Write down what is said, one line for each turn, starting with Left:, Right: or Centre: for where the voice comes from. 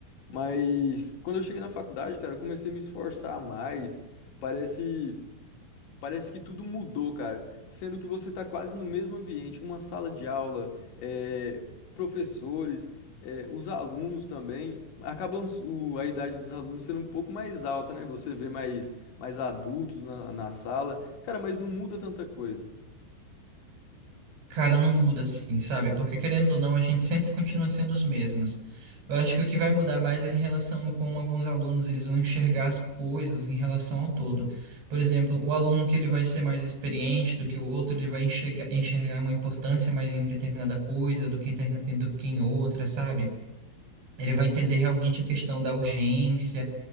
Left: mas quando eu cheguei na faculdade, cara, eu comecei a me esforçar mais. Parece. Parece que tudo mudou, cara. Sendo que você está quase no mesmo ambiente, uma sala de aula, eh, professores, eh, os alunos também. Acabam o- a idade dos alunos sendo um pouco mais alta, né? Você vê mais, mais adultos na, na sala. Cara, mas não muda tanta coisa.
Right: Cara, não muda assim, sabe? Porque querendo ou não, a gente sempre continua sendo os mesmos. Eu acho que o que vai mudar mais é em relação como alguns alunos eles vão enxergar as coisas em relação ao todo. Por exemplo, o aluno que ele vai ser mais experiente do que o outro, ele vai enxergar, enxergar uma importância mais em determinada coisa do que, interna- do que em outra, sabe? Ele vai entender realmente a questão da urgência,